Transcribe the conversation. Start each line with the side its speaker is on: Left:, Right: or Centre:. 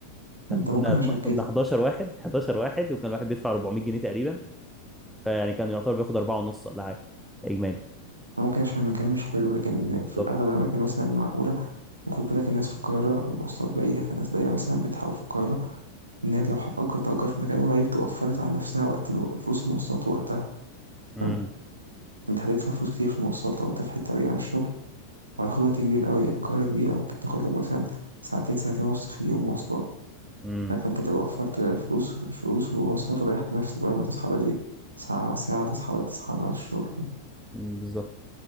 Centre: كان
Right: انت
Centre: كنا
Right: ممكن عشان كده
Centre: كنا 11 واحد 11 واحد وكان الواحد بيدفع 400 جنيه تقريبا فيعني كان يعتبر بياخد 4 ونص ولا حاجة إجمالي
Right: ممكن عشان المكان مش حلو لكن
Centre: بالظبط
Right: في الأغلب الأماكن مثلا المعقولة وخد بالك الناس في القاهرة المواصلات بعيدة فالناس دايما مثلا بتحاول في القاهرة إن هي لو هتأجر تأجر في مكان قريب توفرت على نفسها وقت الو- فلوس المواصلات ووقتها
Centre: امم
Right: فاهم أنت هتدفع فلوس كتير في المواصلات لو أنت في حتة بعيدة عن الشغل وهتاخد وقت كبير قوي يعني القاهرة كبيرة ممكن تاخد لك مثلا ساعتين ساعتين ونص في اليوم مواصلات
Centre: امم
Right: فاهم؟ فأنت تبقى وفرت فلوس فلوس ومواصلات وريحت نفسك بقى ما تصحى بدري ساعة ساعة تصحى بقى تصحى بعد الشغل
Centre: أمم، بالظبط